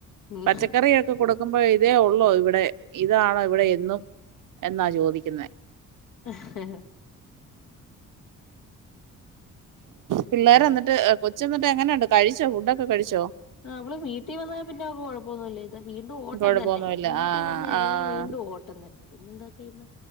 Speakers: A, on the left; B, on the right.
A: ഉം
B: പച്ചക്കറിയൊക്കെ കൊടുക്. ക്കുമ്പോ ഇതേ ഉള്ളോ ഇവിടെ ഇതാണോ ഇവിടെ എന്നും എന്നാ ചോദിക്കുന്നെ.
A: ഹി ഹി
B: പിള്ളോരെന്നിട്ട്.
A: പിന്നെ
B: കൊച്ച്ന്നിട്ടെങ്ങനെയുണ്ട് കഴിച്ചോ ഫുഡൊക്കെ കഴിച്ചോ?
A: ആ അവള് വീട്ടി വന്നാൽ പിന്നെ അവൾക്ക് കൊഴപ്പൊന്നുല്ല. വീണ്ടും ഓട്ടം
B: കുഴപ്പമൊന്നുമില്ല
A: തന്നെ വീട്ടി
B: ആഹ്
A: വന്ന് ഇറങ്ങിയാ
B: ആഹ്
A: വീണ്ടും ഓട്ടം തന്നെ പിന്നെന്താ ചെയ്യുന്നെ?